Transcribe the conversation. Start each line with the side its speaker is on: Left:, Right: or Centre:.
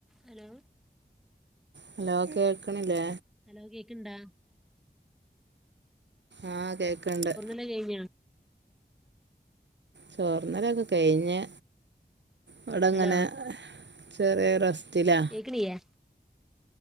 Centre: Hello?
Right: Hello കേൾക്ക്ണില്ലേ?
Centre: Hello കേക്ക്ണ്ടാ?
Right: ആഹാ കേക്ക്ൻണ്ട്.
Centre: ല്ലാം കഴിഞ്ഞോ?
Right: ചോറ്ന്നലൊക്കെ കഴിഞ്ഞ് വടെങ്ങനെ
Centre: ഹലോ
Right: ചെറിയ റസ്റ്റിലാ
Centre: <unintelligible>